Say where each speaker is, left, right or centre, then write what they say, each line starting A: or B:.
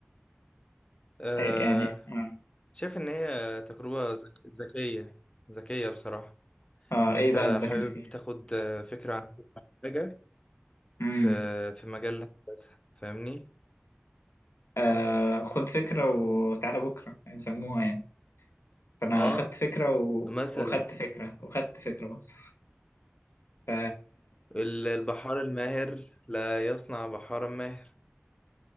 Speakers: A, on the left; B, on the left.
A: أه
B: إيه يعني اه
A: شايف ان هي تجربة ذك- ذكية ذكية بصراحة
B: اه،
A: ان
B: ايه
A: انت
B: بقى الذكاء
A: حابب
B: اللي فيها
A: تاخد آه، فكرة عن حاجة
B: امم
A: في في مجال الهندسة فاهمني
B: آه خد فكرة وتعالى بكرة يعني بيسموها يعني فانا
A: اه
B: خدت فكرة و...
A: مثلا
B: وخدت فكرة وخدت فكرة بس ف
A: ال- البحار الماهر لا يصنع بحارا ماهر